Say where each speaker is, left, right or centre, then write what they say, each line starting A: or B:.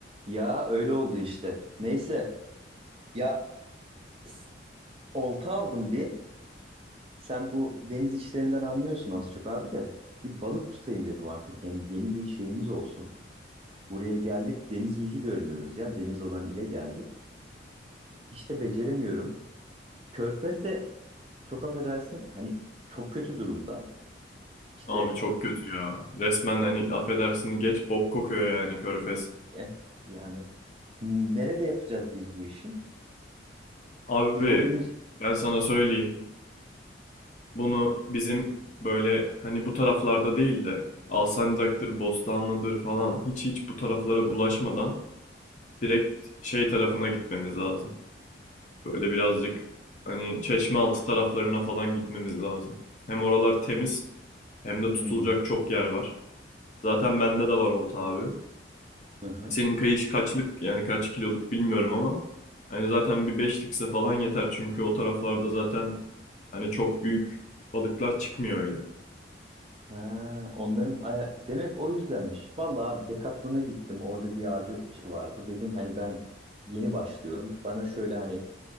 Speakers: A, on the right; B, on the left.
A: Ya öyle oldu işte. Neyse ya s- olta aldım bir. Sen bu deniz işlerinden anlıyorsun az çok abi de. Bir balık tutayım dedim artık. Yani yeni bir şeyimiz olsun. Buraya geldik deniz yüzü görmüyoruz ya. Deniz olan ile geldik. İşte beceremiyorum. Körfez de çok affedersin hani çok kötü durumda. İşte
B: Abi çok kötü ya. Resmen hani affedersin geç bok kokuyor yani Körfez.
A: eh, yani nerede yapacağız biz bu işi?
B: Abi
A: Bir hobimiz.
B: ben sana söyleyeyim. Bunu bizim böyle hani bu taraflarda değil de Alsancak'tır, Bostanlı'dır falan hiç hiç bu taraflara bulaşmadan direkt şey tarafına gitmemiz lazım. Böyle birazcık hani Çeşmealtı taraflarına falan gitmemiz lazım. Hem oralar temiz hem de
A: Hmm.
B: tutulacak çok yer var. Zaten bende de var olta abi.
A: Hı hı.
B: Senin kayış kaçlık yani kaç kiloluk bilmiyorum ama hani zaten bir beşlikse falan yeter çünkü o taraflarda zaten hani çok büyük balıklar çıkmıyor öyle.
A: Ha, onların aya demek o yüzdenmiş. Vallahi abi Decathlon'a gittim. Orada bir abi vardı. Dedim hani ben yeni başlıyorum. Bana şöyle hani